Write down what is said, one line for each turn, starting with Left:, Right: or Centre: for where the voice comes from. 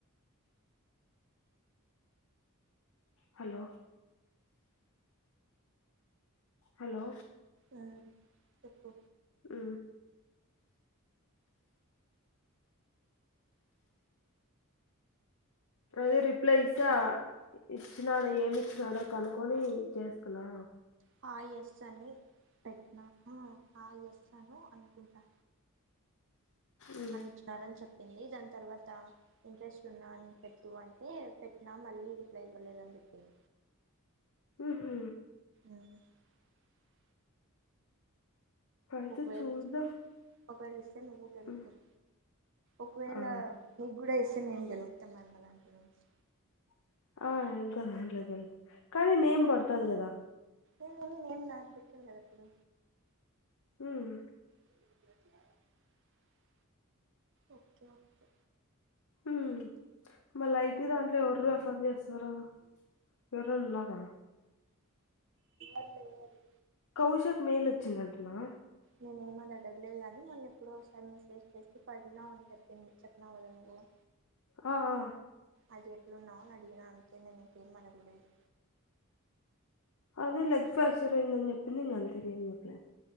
Left: హలో హలో
Right: ఆ చెప్పు
Left: ఊ అదే రిప్లై ఇస్తా ఇచ్చినాడు ఏమిచ్చినాడో కనుక్కొని చేస్తునా
Right: హాయ్ ఎస్ అని పెట్నాను హాయ్ ఎస్ అనో అనుకుంటా
Left: మ్మ్
Right: అని ఇచ్చినారని చెప్ పింది దాని తర్వాత ఇంట్రెస్ట్ ఉన్నా అని పెట్టు అంటే పెట్టినా మళ్ళీ రిప్లై ఇవ్వదు అని చెప్ <inaudible>
Left: ఉహ్మ్
Right: మ్
Left: అయితే
Right: ఒకవేళ
Left: చూద్దాం
Right: ఇస్తే ఒకవేళ ఇస్తే నువ్వు కూడా <unintelligible>
Left: మ్మ్
Right: ఒకవేళ
Left: ఆ
Right: నీకు కూడా ఇస్త్ అటే నేన్ గెలుతా మా అన్నదాంట్లో నుంచి
Left: <unintelligible> <unintelligible> కానీ నేమ్ పడుతాది కదా
Right: ఏ ఏం నాకు పెట్టింది కదా ఇ ప్పుడు
Left: ఉమ్
Right: <inaudible> ఓకే ఓకే
Left: ఉ మళ్ళా అయితే దాంట్లో ఎవరు రెఫర్ చేస్తారూ ఎవరఅన్ ఉన్నారా
Right: ఎవరు లేరు
Left: కౌశక్ మేల్ వచ్చిందంటనా
Right: నేనేమో ద <unintelligible> అ మళ్ళీ ఎప్పుడోసారి మెసేజ్ చేసి పడినా అని చెప్పి చెప్పినాఅవ్ కదా నువ్
Left: ఆ ఆ
Right: అది ఎట్లున్నాయ్ అడిగిన అంతే నేన్ ఇంకేం అడగ లేదు
Left: అదే లెగ్ ఫ్రాక్చర్యిందని చెప్పింది గంతే ఇంగే మ్ చెప్ల